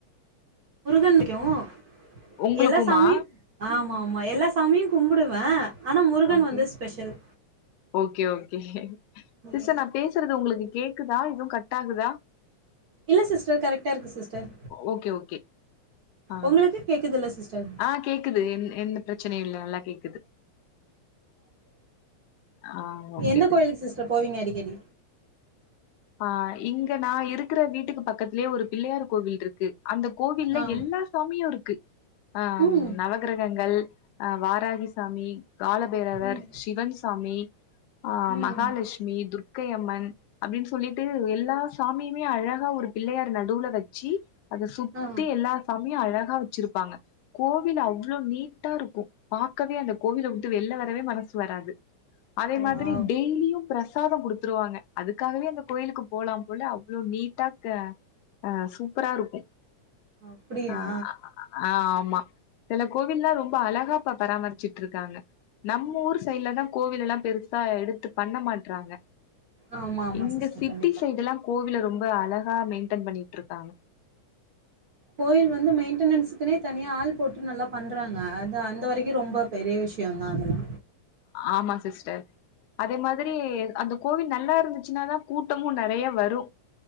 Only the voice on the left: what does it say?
உங்களுக்குமா
ஓகே
ஓகே ஓகே சிஸ்டர்
நா பேசுறது உங்களுக்கு கேக்குதா எது கட் ஆகுதா
ஓகே ஓகே ஆ
ஆ கேக்குது எந்த பிரச்சனையு இல்ல நல்லா கேக்குது ஆ ஓகே
ஆ இங்க நா இருக்கிற வீட்டுக்கு பக்கத்திலயே ஒரு பிள்ளையார் கோவில் இருக்கு அந்தக் கோவில்ல
எல்லா சாமியு இருக்கு ஆ
நவகிரகங்கள் அ வாராகிசாமி காலபைரவர்
சிவன் சாமி ஆ மகாலட்சுமி
துர்க்கையம்மன் அப்படின் சொல்லிட்டு எல்லா சாமியுமே அழகா ஒரு பிள்ளையார் நடுவுல வச்சு அத சுத்தி
எல்லா சாமியு அழகா வச்சிருப்பாங்க கோவில் அவ்ளோ நீட்டாருக்கு பாக்கவே அந்தக் கோவில விட்டு வெளில வரவே மனசு வராது அதே மாதிரி
டெய்லியு பிரசாதம் குடுத்துருவாங்க அதுக்காகவே அந்தக் கோயிலுக்கு போலா போல அவ்ளோ நீட்டா க அ சூப்பரா இருக்கு
அ ஆ ஆமா சில கோவில்லா ரொம்ப அழகா பராமரிச்சுட்டு இருக்காங்க நம்ம ஊர் சைட்ல தா கோவிலல்லா பெருசா எடுத்து பண்ண மாட்றாங்க
இங்க
சிட்டி
சைடுல்லா கோவில ரொம்ப அழகா மெயின்டென் பண்ணிட்டுருக்காங்க
ஆமா சிஸ்டர் அதே மாதிரி அந்த கோவில் நல்லா இருந்துச்சுனாதா கூட்டமு நெறய வரு